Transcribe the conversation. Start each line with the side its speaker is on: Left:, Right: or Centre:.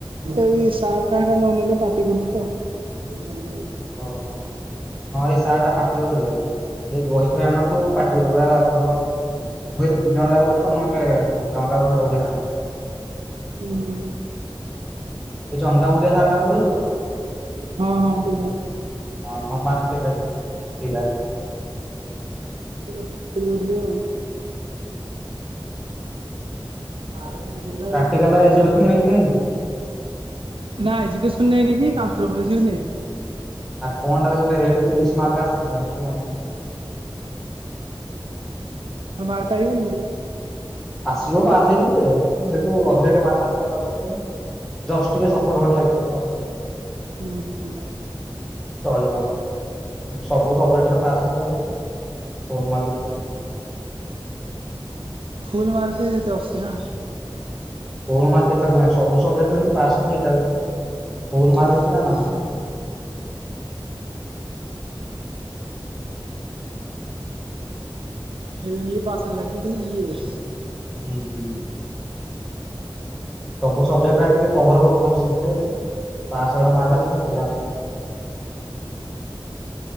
Right: ଏଇ ସାର୍ ଟା ହେଟା ନ ନେଲେ ପାଟି କରୁଛି ତ। <unintelligible>
Centre: ଓହୋ। ହଁ ଏଇ ସାର୍ ଟା ପାଟି କରରେ, ଯଦି ବହି ଫହି ଆଣ ନଥିବ ପାଟି କରିବ, <unintelligible> ଘରେ ଦିଜଣ ଯାକ ଦେଖ, ନହେଲେ ଜଣକା ଗୁଟେ ଗୁଟେ ବହି ଆଣ।
Right: ଉ ହୁଁ ହୁଁ।
Centre: ଏ ଚନ୍ଦାମୁଣ୍ଡିଆ ସାରଟା ପଢୁଛି ତ?
Right: ହଁ ହଁ ସେ ଯା
Centre: ହଁ ହଁ ମାର୍ତେ ଏଟା ଟିକେ ହେଇଟା
Right: <unintelligible> <inaudible>
Centre: ପ୍ରାକ୍ଟିକାଲ ଏଜୁକେସନ ନେଇନି
Right: ନାଁ, ଏଜୁକସନ ନେଇଁନି କି ଆନ୍ଥ୍ରୋପୋଲୋଜି ବି ନେଇନି।
Centre: ଆ କଣଟା ତାଳେ ଏଟେ ତିରିଶ ମାର୍କ ଆସିଥାନ୍ତା ସେଇଥି
Right: ମୋର ମାର୍କ ଆଇବନି କିିରେ?
Centre: ଆସିବ ପାସ୍ ହେଇଯିବୁ ଜେ, କିନ୍ତୁ ହେଠୁ ଅଧିକାଟିକେ ମାର୍କ ଆସିତାତା ଆଉ ଟିକେ। ଜଷ୍ଟ ଟିକେ ସପୋର୍ଟ ଭଳି ଲାଗିଥାନ୍ତା ଆଉ।
Right: ହୁଁ ହୁଁ।
Centre: ଚଳିବ ସବୁ ସବଜେକ୍ଟରେ ପାସ୍ ହେଲେ ଗଲା। <inaudible>
Right: ଫୁଲ ମାର୍କେ ତେ ଅସିନା?
Centre: ଫୁଲମାର୍କେ ଦେଖିବାର ନାଇଁ ସବୁ ସବଜେକ୍ଟ ରେ ଜିନ୍ତି ପାସ ହବ ସେଇଟା ଦେଖିବୁ ଫୁଲ ମାର୍କ
Right: ଓହୋ।
Centre: ଅସିଥାନ୍ତା ନା କଣ?
Right: ହେ ହିଏ ପାସ କଲା କିଏ କହିଲୁ ଇଏ?
Centre: ହୁଁ ହୁଁଁ। ସବୁ ସବଜେକ୍ଟାରା ଟିକେ କଭର କରିକି ଭଲସେ ଲେଖି ଦେଲେ ପାସ୍ ଭଳିଆ ମାର୍କ
Right: ହବ
Centre: ଆସିଲେ ହେଲା।